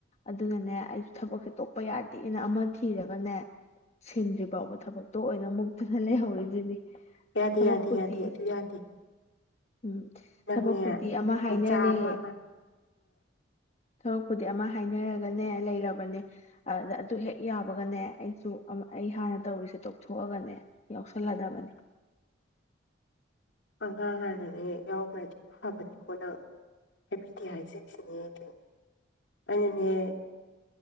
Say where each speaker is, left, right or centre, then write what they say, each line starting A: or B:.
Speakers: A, on the left; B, on the left.
A: ꯑꯗꯨꯅꯅꯦ ꯑꯩ ꯊꯕꯛꯁꯦ ꯇꯣꯛꯄ ꯌꯥꯗꯦꯅ ꯑꯃ ꯊꯤꯔꯒꯅꯦ ꯁꯤꯟꯗ꯭ꯔꯤ ꯐꯥꯎꯕ ꯊꯕꯛꯇꯣ ꯑꯣꯏꯅ ꯃꯨꯛꯇꯨꯅ ꯂꯩꯍꯧꯔꯤꯁꯤꯅꯤ
B: ꯌꯥꯗꯦ
A: ꯊꯕꯛꯄꯨꯗꯤ
B: ꯌꯥꯗꯦ ꯌꯥꯗꯦ ꯑꯗꯨ ꯌꯥꯗꯦ
A: ꯎꯝ
B: ꯅꯪꯅꯦ
A: ꯊꯕꯛꯄꯨꯗꯤ ꯑꯃ ꯍꯥꯏꯅꯔꯦ
B: ꯅꯆꯥ ꯑꯃ
A: ꯊꯕꯛꯄꯨꯗꯤ ꯑꯃ ꯍꯥꯏꯅꯔꯒꯅꯦ ꯂꯩꯔ ꯑꯗꯨ ꯑꯗꯨ ꯍꯦꯛ ꯌꯥꯕꯒꯅꯦ ꯑꯩꯁꯨ ꯑꯩ ꯍꯥꯟꯅ ꯇꯧꯔꯤꯁꯦ ꯇꯣꯛꯊꯣꯛꯑꯒꯅꯦ ꯌꯥꯎꯁꯜꯂꯗꯕꯅꯦ
B: ꯑꯉꯥꯡ ꯍꯥꯟꯅꯅꯦ ꯌꯥꯎꯕ꯭ꯔꯗꯤ ꯐꯕꯅꯤꯀꯣꯅꯪ ꯍꯥꯏꯕꯤꯗꯦ ꯍꯥꯏꯁꯤꯡꯁꯤꯅꯦꯗꯤ ꯑꯩꯅꯅꯦ